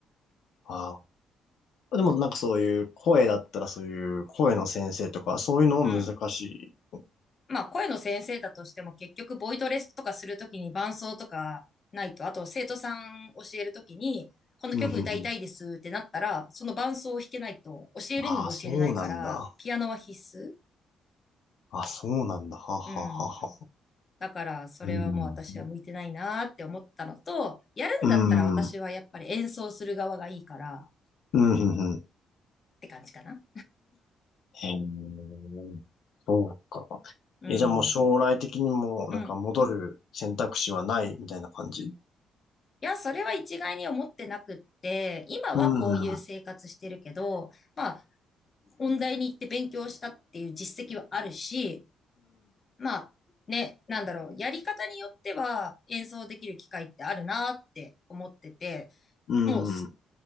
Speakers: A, on the left; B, on the left.
A: ああ。でもなんかそういう声だったらそういう声の先生とか、そういうのも難しい。
B: うん。まあ、声の先生だとしても結局ボイトレスとかするときに伴奏とかないと、あと生徒さん教えるときに、この曲歌いたいですってなったら、
A: うん、うん、うん。
B: その伴奏を弾けないと教えるにも教えれないから、
A: ああ、そうなんだ。
B: ピアノは必須。
A: あ、そうなんだ。はあ、はあ、
B: うん。
A: はあ、はあ。
B: だから、それはもう私は向いてないなーって思ったのと、
A: うん。
B: やるんだったら私はやっぱり演奏する側がいいからっ
A: うんうん、うん、うん。
B: て感じかな。
A: へえ、そうか。
B: うん。
A: え、じゃあもう将来的にも、
B: うん。
A: なんか戻る選択肢はないみたいな感じ
B: いや、それは一概に思ってなくって、今はこういう生活してるけど、
A: うん、うん、
B: まあ、音大に行って勉強したっていう実績はあるし、まあ、ね、なんだろう、やり方によっては演奏できる機会ってあるなって思ってて、
A: うん、
B: もう